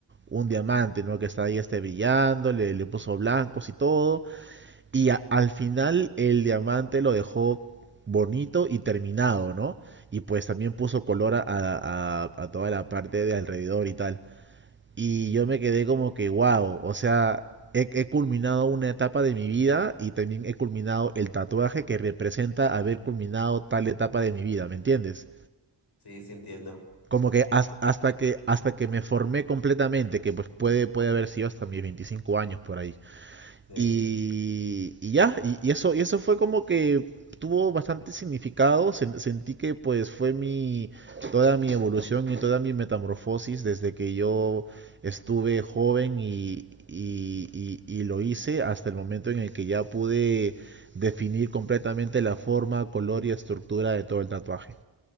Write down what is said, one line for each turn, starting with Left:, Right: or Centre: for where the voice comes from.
Right: un diamante, ¿no? Que está ahí este brillando, le, le puso blancos y todo. Y a- al final el diamante lo dejó bonito y terminado, ¿no? Y pues también puso color a, a- a- a toda la parte de alrededor y tal. Y yo me quedé como que, wow, o sea, he, he culminado una etapa de mi vida y también he culminado el tatuaje que representa haber culminado tal etapa de mi vida, ¿me entiendes?
Left: Sí, sí entiendo.
Right: Como que has- hasta, que hasta que me formé completamente, que pues puede, puede haber sido hasta mis 25 años por ahí.
Left: Sí.
Right: Y, y ya, y, y eso, y eso fue como que tuvo bastante significado. sen- sentí que pues fue mi toda mi evolución y toda mi metamorfosis desde que yo estuve joven y, y- y- y lo hice hasta el momento en el que ya pude definir completamente la forma, color y estructura de todo el tatuaje.